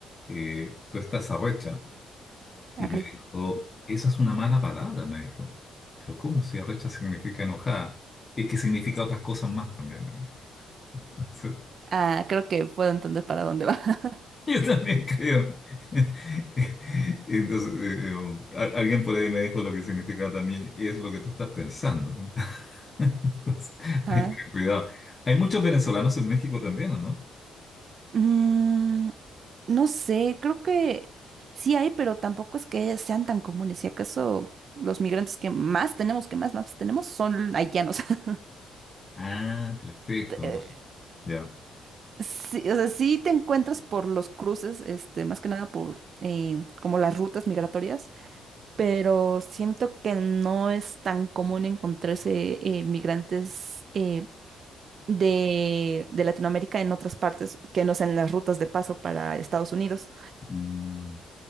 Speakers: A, on the left; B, on the right.
A: eh, tú estás arrecha. Y
B: Ah,
A: me
B: caray.
A: dijo, esa es una mala palabra, me dijo. Pero ¿cómo si arrecha significa enojada? Es que significa otras cosas más también, me dijo. <laughs> Entonces,
B: Ah, creo que puedo entender para dónde va. <laughs>
A: yo también creo. <laughs> Entonces, eh, a- alguien por ahí me dijo lo que significa también, y es lo que tú estás pensando. <laughs> Entonces,
B: Ah,
A: hay que tener cuidado. Hay muchos venezolanos en México también, ¿o no?
B: mm, no sé, creo que sí hay, pero tampoco es que sean tan comunes. Si acaso los migrantes que más tenemos, que más, más tenemos, son haitianos. <laughs>
A: Ah, perfecto. entonces,
B: Eh,
A: ya.
B: Sí, o sea, sí te encuentras por los cruces, este, más que nada por eh, como las rutas migratorias, pero siento que no es tan común encontrarse eh, migrantes. eh, de, de Latinoamérica en otras partes que no sean las rutas de paso para Estados Unidos.
A: Mm.